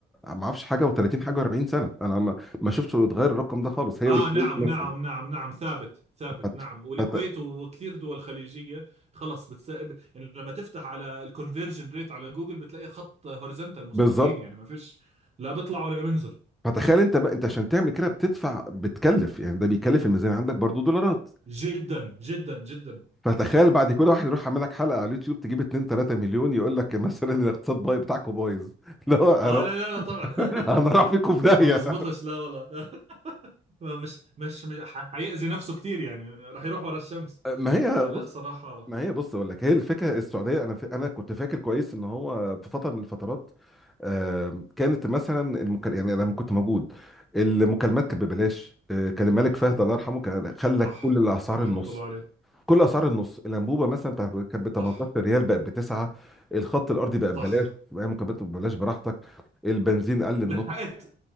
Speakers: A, in the centre; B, on the right (about 35°).
A: ما اعرفش حاجه و30 حاجه و40 سنه انا ما, ما شفتش يتغير الرقم ده خالص هي
B: اه
A: والكويت
B: نعم
A: مثلا
B: نعم نعم نعم ثابت ثابت
A: فت...
B: نعم والكويت
A: فت...
B: وكثير دول خليجيه خلص بتس... يعني لما تفتح على الكونفرجن ريت على جوجل بتلاقي خط هوريزونتال مستقيم
A: بالظبط
B: يعني ما فيش لا بيطلع ولا بينزل
A: فتخيل انت بقى انت عشان تعمل كده بتدفع بتكلف يعني ده بيكلف الميزانيه عندك برضو دولارات
B: جدا جدا جدا
A: فتخيل بعد كل واحد يروح عامل لك حلقه على اليوتيوب تجيب 2 3 مليون يقول لك مثلا الاقتصاد بايظ بتاعكم بايظ <laughs> اللي هو
B: اه
A: أنا
B: لا لا لا طبعا <laughs>
A: انا راح فيكم في داهيه
B: ما بزبطش لا والله <laughs> ما مش مش مش ح- حيأذي نفسه كثير يعني راح يروح ورا الشمس
A: ما هي
B: فلا
A: بص
B: صراحه
A: ما هي بص اقول لك هي الفكره السعوديه انا ف... انا كنت فاكر كويس ان هو في فتره من الفترات آم، كانت مثلا المكال... يعني لما كنت موجود المكالمات كانت ببلاش آه، كان الملك فهد الله يرحمه كان خلى
B: صح
A: كل الاسعار
B: رحمه
A: النص
B: الله عليه
A: كل اسعار النص الانبوبه مثلا بتاعت كانت ب 18
B: صح
A: ريال بقت بتسعه الخط الارضي بقى
B: صح
A: ببلاش بقى مكملات ببلاش براحتك البنزين قل النص
B: لحقت